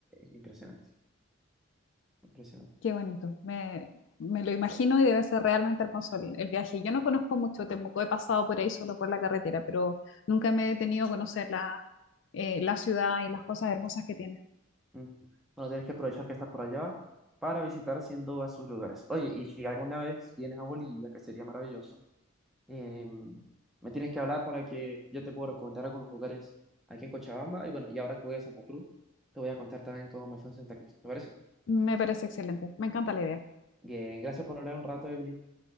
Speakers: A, in the centre; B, on the left (about 60°).
A: impresionante, impresionante.
B: Qué bonito, me, me lo imagino y debe ser realmente hermoso el, el viaje. Yo no conozco mucho Temuco, he pasado por ahí solo por la carretera, pero nunca me he detenido a conocer la, eh, la ciudad y las cosas hermosas que tiene.
A: Mm. Bueno, tienes que aprovechar que estás por allá para visitar sin duda sus lugares. Oye, y si alguna vez vienes a Bolivia, que sería maravilloso, eh, me tienes que hablar para que yo te pueda recomendar algunos lugares aquí en Cochabamba. Y bueno, y ahora que voy a Santa Cruz, te voy a contar también cómo me fue en Santa Cruz. ¿Te parece?
B: Me parece excelente, me encanta la idea.
A: Bien, gracias por hablar un rato, Evelyn.